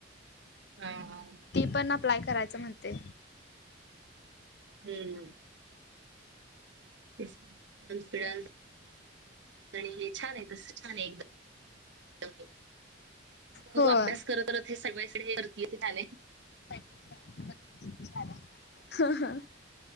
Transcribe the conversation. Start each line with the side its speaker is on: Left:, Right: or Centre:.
Right: हा
Left: पण अप्लाय करायचं म्हणते
Right: हम्म यययभथक्षज आणि हे छान आहे तस छान आहे एकदम त
Left: होय
Right: अभ्यास करत हे सगळ्या गर्दी झाले
Left: हा हा